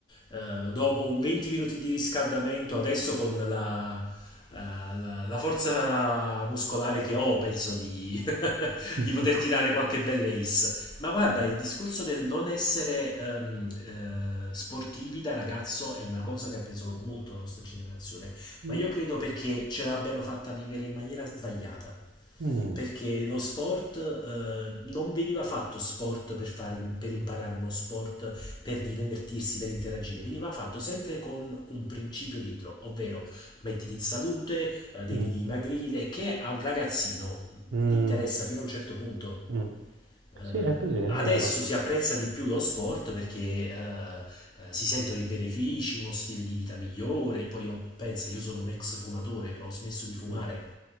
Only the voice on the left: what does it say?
eh, dopo un 20 minuti di riscaldamento, adesso con la, eh, la- la forza muscolare che ho, penso di
di poter tirare qualche bella ace. Ma guarda, il discorso del non essere ehm, eh, sportivi da ragazzo è una cosa che ha preso molto la nostra generazione,
ma io credo perché ce l'abbiano fatta vivere in maniera sbagliata.
Perché lo sport eh, non veniva fatto sport per fare un- per imparare uno sport, per divertirsi, per interagire, veniva fatto sempre con un principio dietro, ovvero mettiti in salute, eh, devi
dimagrire, che a un ragazzino
interessa fino a un certo punto.
Eh,
adesso
si apprezza di più lo sport perché eh, eh, si sentono i benefici, uno stile di vita migliore. Poi io penso, io sono un ex fumatore, ho smesso di fumare